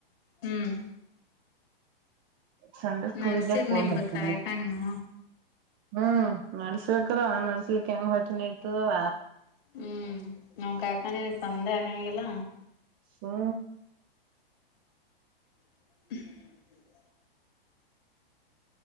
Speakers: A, on the left (about 65°); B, on the right (about 25°).
A: ಹ್ಮ್
B: ಸಂಡೆ ಸ್ಕೂಲ್್ದಫೋನ್
A: ನಡ್ಸಿರ್ ನಿಮ್ದು
B: ಹತ
A: ಕಾಯಕ ನೀವು
B: ಹ್ಮ್ ನಡ್ಸ್ಬೇಕದ ನಡ್ಸ್ಲಿ ಹೆಂಗ್ ಹೊಟ್ಟನ ಇರ್ತದವ
A: ಹ್ಮ್ ನಮ ಕಾಕಾನ ತಂದೆ ಆಾಕಂಗಿಲ್ಲ
B: ಹ್ಮ
A: ಹ